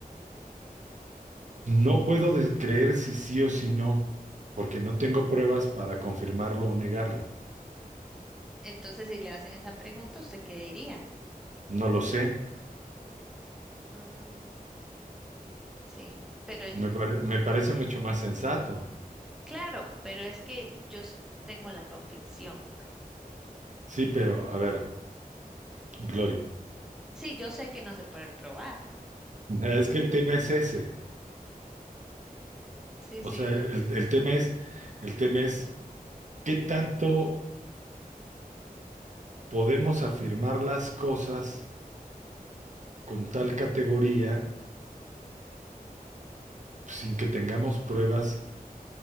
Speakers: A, on the right; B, in the centre.
A: No puedo des- creer si sí o si no, porque no tengo pruebas para confirmarlo o negarlo.
B: Entonces, si le hacen esa pregunta, ¿usted qué diría?
A: No lo sé.
B: Mm, sí, pero yo-
A: Me pare- me parece mucho más sensato.
B: claro, pero es que yo s- tengo la convicción.
A: Sí, pero a ver, Glory.
B: Sí, yo sé que no se puede probar.
A: o sea, Es que el tema es ese.
B: Sí,
A: O
B: sí,
A: sea, el, el tema es, el tema es qué tanto podemos afirmar las cosas con tal categoría sin que tengamos pruebas